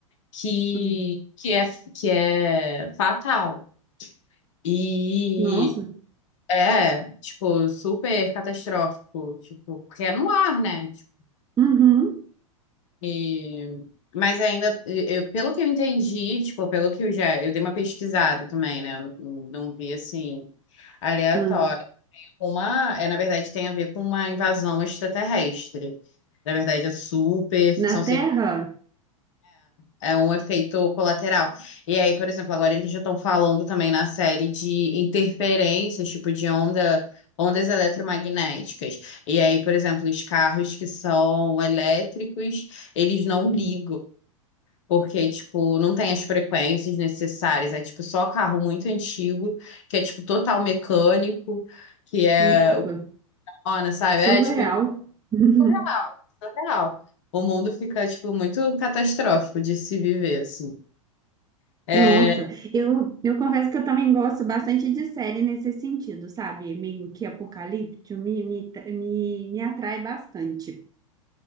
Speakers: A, on the left; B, on the right.
A: que,
B: hum.
A: que é, que é fatal. E
B: Nossa.
A: É, tipo, super catastrófico, tipo, porque é no ar, né? Tipo,
B: Uhum.
A: E... Mas ainda, eu, pelo que eu entendi, tipo, pelo que eu já, eu dei uma pesquisada também, né? Eu não, não não vi, assim, aleatório.
B: Hum.
A: Uma, é, na verdade, tem a ver com uma invasão extraterrestre. Na verdade, é super ficção
B: Na Terra?
A: É, é um efeito colateral. E aí, por exemplo, agora eles já estão falando também na série de interferências, tipo de onda, ondas eletromagnéticas. E aí, por exemplo, os carros que são elétricos, eles não ligam,
B: Hum.
A: porque, tipo, não tem as frequências necessárias. É, tipo, só carro muito antigo, que é, tipo, total mecânico, que é
B: Nossa,
A: o Kona, sabe?
B: surreal.
A: É, tipo,
B: <laughs>
A: surreal, surreal. O mundo fica, tipo, muito catastrófico de se viver, assim. É,
B: Nossa, eu, eu confesso que eu também gosto bastante de série nesse sentido, sabe? Meio que apocalíptico, me, me, me, me atrai bastante.